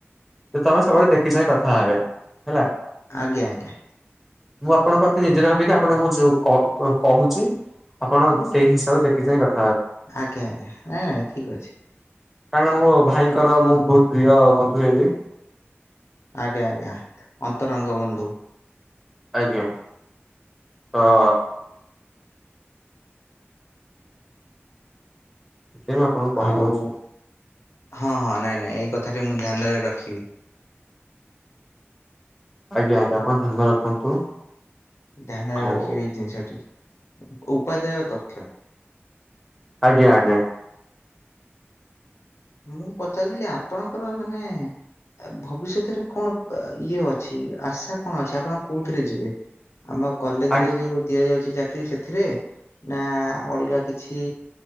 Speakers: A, in the centre; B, on the left.
A: ତ ତମେ ସବୁବେଳେ ଦେଖି ଚାହିଁ କଥା ହେବେ। ହେଲା।
B: ଆଜ୍ଞା, ଆଜ୍ଞା।
A: ମୁଁ ଆପଣଙ୍କ କଥା ନିଜର ଭାବିକି ଆପଣଙ୍କୁ ମୁଁ ଯୋଉ କହୁଛି। ଆପଣ ସେଇ ହିସାବରେ ଦେଖି ଚାହିଁ କଥା ହେବେ।
B: ଆଜ୍ଞା, ଆଜ୍ଞା। ‌ନାଇଁ, ନାଇଁ। ଠିକ ଅଛି।
A: କାରଣ ମୋ ଭାଇଙ୍କର ମୁଁ ବହୁତ ପ୍ରିୟ ବନ୍ଧୁ ହେବି।
B: ଆଜ୍ଞା, ଆଜ୍ଞା। ଅନ୍ତରଙ୍ଗ ବନ୍ଧୁ।
A: ଆଜ୍ଞା। ହଁ। ଏଥି ମୁଁ ଆପଣଙ୍କୁ କହିଦଉଛି।
B: ଆଉ ହଁ, ହଁ। ନାଇଁ, ନାଇଁ। ଏଇ କଥା ଟି ମୁଁ ଧ୍ୟାନରେ ରଖିବି।
A: ଆଜ୍ଞା, ଆଜ୍ଞା। ଆପଣ ଧ୍ୟାନ ରଖନ୍ତୁ।
B: ଧ୍ୟାନରେ
A: ଆଉ
B: ରଖିବି ଏଇ ଜିନିଷଟି। ଉପାଦେୟ ତଥ୍ୟ।
A: ଆଜ୍ଞା, ଆଜ୍ଞା।
B: ମୁଁ, ପଚାରୁଥିଲି ଆପଣଙ୍କର ମାନେ ଭବିଷ୍ୟତରେ କଣ ଇଏ ଅଛି। ଆଶା କଣ ଅଛି। ଆପଣ କୋଉଥିରେ ଯିବେ? ଆମ କଲେଜ
A: ଆଜ୍ଞା
B: ରେ ଯୋଉ ଦିଆଯାଉଛି ଚାକିରିୀ ସେଥିରେ? ନା ଅଲଗା କିଛି